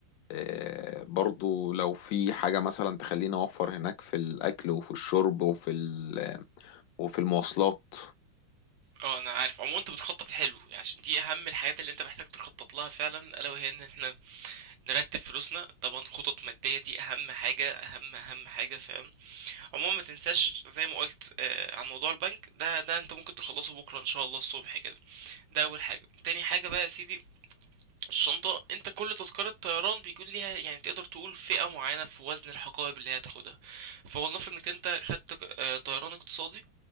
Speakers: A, on the left (about 75°); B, on the right (about 70°).
A: آه، برضو لو في حاجة مثلا تخليني أوفر هناك في الأكل وفي الشرب وفي ال- آه، وفي المواصلات
B: اه انا عارف عموما انت بتخطط حلو يعني عشان دي اهم الحاجات اللي انت محتاج تخطط لها فعلا الا وهي ان احنا نرتب فلوسنا طبعا خطط مادية دي اهم حاجة اهم اهم حاجة فاهم عموما ما تنساش زي ما قلت آه عن موضوع البنك ده ده انت ممكن تخلصه بكرة ان شاء الله الصبح كده ده اول حاجة تاني حاجة بقى يا سيدي الشنطة انت كل تذكرة طيران بيكون ليها يعني تقدر تقول فئة معينة في وزن الحقائب اللي هي هتاخدها فولنفرض انك انت خدت آه، طيران اقتصادي